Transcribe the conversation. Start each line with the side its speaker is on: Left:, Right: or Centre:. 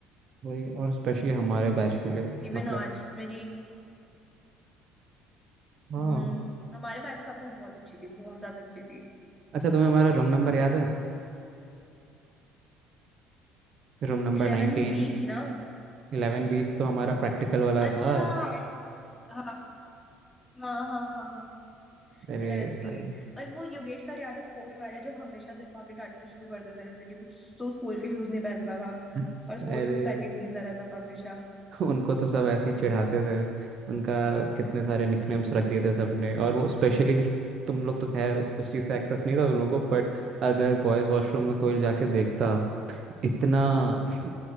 Right: वही और स्पेशली हमारे बैच के लिए
Centre: इवन
Right: मतलब
Centre: आज मेरी
Right: हाँ
Centre: हम्म हमारे बैच साथ तो बहुत अच्छी थी बहुत ज्यादा अच्छी थी
Right: अच्छा तुम्हें हमारा रूम नंबर याद है Room number
Centre: 11th
Right: नाइनटीन
Centre: बी थी ना
Right: इलेवन बी तो हमारा प्रैक्टिकल वाला
Centre: अच्छा
Right: था
Centre: हाँ हाँ हाँ हाँ हाँ
Right: अरे
Centre: 11th बी
Right: भाई
Centre: और वो योगेश सर याद है स्पोर्ट्स वाले जो हमेशा तेरे को आके डांटना शुरू कर देते थे क्योंकि तू स्कूल के शूज नहीं पहनता था
Right: <laughs>
Centre: और स्पोर्ट्स
Right: अरे
Centre: शूज पहन के घूमता रहता था हमेशा
Right: <laughs> उनको तो सब ऐसे ही चिढ़ाते थे उनका कितने सारे निकनेम्स रख दिए थे सबने और वो स्पेशली तुम लोग तो खैर उस चीज़ का एक्सेस नहीं था तुम लोग को बट अगर बॉयज वॉशरूम में कोई जाके देखता इतना <laughs>